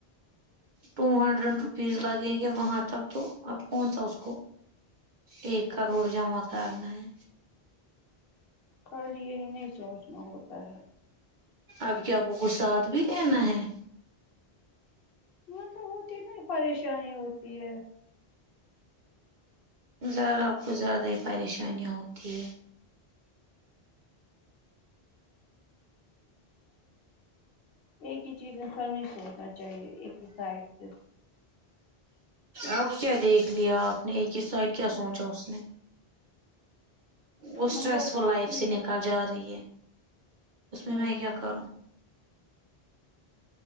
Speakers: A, on the right; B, on the left.
A: ٹو ہنڈریڈ
B: ہوں
A: روپیز لگ یں گے وہاں تک تو اب کون سا اس کو ایک کروڑ جمع کرنا ہے
B: کل یہی نہیں سوچنا ہوتا ہے
A: اب کیا آپ کو کو ساتھ بھی دینا ہے
B: مطلب ہوتی ہے نا ایک پریشانی ہوتی ہے
A: ذرا آپ کو زیادہ ہی پریشانیاں ہوتی ہے
B: ایک ہی چیز ان کا نہیں سوچنا چاہیے ایک ہی سائڈ سے
A: آپ کو کیا دیکھ لیا آپ نے ایک ہی سائڈ کیا سوچا اس نے اس اسٹریس
B: مطلب
A: فل لائف
B: ٹھیک
A: سے نکل جا رہی ہے اس میں
B: ہوں
A: کیا کروں